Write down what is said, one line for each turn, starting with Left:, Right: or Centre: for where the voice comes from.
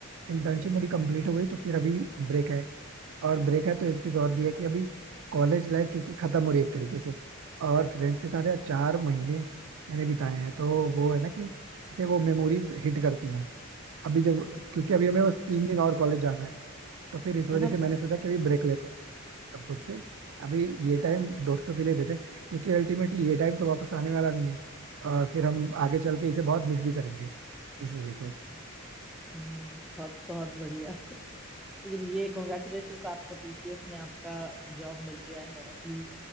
Right: इंटर्नशिप
Centre: हम्म
Right: मेरी
Centre: हम्म,
Right: कंप्लीट हो गई तो फिर अभी ब्रेक है और ब्रेक है तो एक चीज और भी है कि अभी कॉलेज लाइफ क्योंकि खत्म हो रही है एक तरीके से और फ्रेंड्स के साथ यार चार महीने मैंने बिताए हैं तो वो है ना कि जैसे वो मेमोरीज हिट करती हैं अभी जब
Centre: हम्म,
Right: क्योंकि अभी हमें
Centre: हम्म,
Right: बस तीन दिन और कॉलेज जाना है तो फिर इस वजह
Centre: हाँ
Right: से मैंने सोचा कि अभी ब्रेक लेते हैं अब खुद से अभी ये टाइम
Centre: हाँ,
Right: दोस्तों के लिए देते हैं क्योंकि अल्टीमेटली ये टाइम तो वापस आने वाला नहीं है और फिर हम
Centre: हम्म,
Right: आगे चल के इसे बहुत मिस भी करेंगे इस वजह से
Centre: हम्म, हम्म, बहुत बहुत बढ़िया लेकिन ये कॉन्ग्रेचुलेशन आपको टीसीएस में आपका जॉब मिल गया है अभी